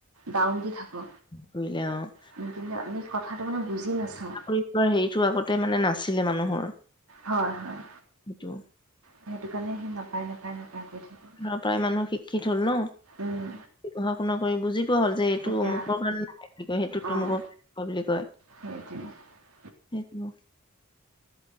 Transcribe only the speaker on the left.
কৰিলে অ',
চাকৰি হেৰিটো আগতে মানে নাছিলে মানুহৰ
সেইটো।
নাপাই মানুহ শিক্ষিত হল ন
সম্পূৰ্ণকৈ বুজি হ'ল যে এইটো
অমুকৰ কাৰণে, কিয় সেইটোত তুমুক
বুলি কয়।
হেত ম <unintelligible>